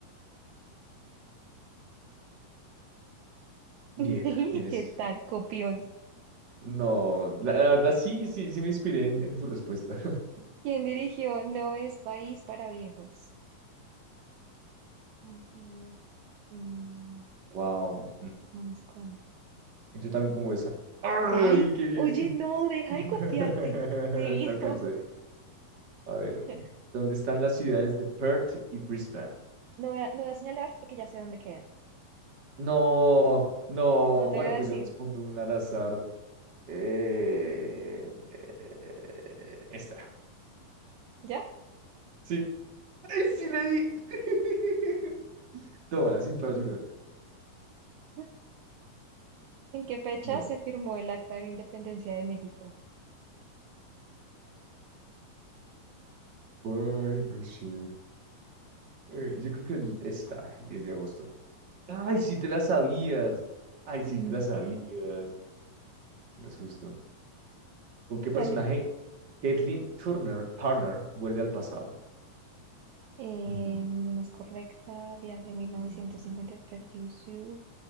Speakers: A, on the right; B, on the right.
A: Bien,
B: <laughs> Sí,
A: vienes.
B: ¿Qué tal, copión?
A: No, la, la verdad sí, sí, sí me inspiré en, en tu respuesta. <laughs>
B: ¿Quién dirigió No es país para viejos? Ujú, mm,
A: Wow.
B: Hermanos Coen.
A: yo también pongo esa. ¡Ay,
B: Ay,
A: qué bien!
B: oye, no, deja
A: <laughs>
B: de copiarte, atrevido.
A: Te alcancé. A ver,
B: <laughs>
A: ¿dónde están las ciudades de Perth y Brisbane?
B: No voy a, no voy a señalar porque ya sé dónde quedan.
A: No, no,
B: No
A: bueno,
B: te voy a
A: pues
B: decir,
A: yo respondo un al azar. Eh, eh, esta.
B: ¿ya?
A: Sí, ¡Ay, sí le di! <laughs> Toma, sin tu ayuda.
B: <laughs> ¿En qué fecha
A: Bueno.
B: se firmó el Acta de la Independencia de México?
A: Ay, no sé. Eh, yo creo que el- está, el 10 de agosto. ¡Ay, sí te la sabías! ¡Ay,
B: <laughs>
A: sí te la sabías! No es justo. ¿Con qué personaje
B: Dale.
A: Caitlyn Turner, Turner vuelve al pasado?
B: Eh,
A: Mm,
B: ninguna es correcta. Viaje a 1950
A: mm,
B: per You Sue.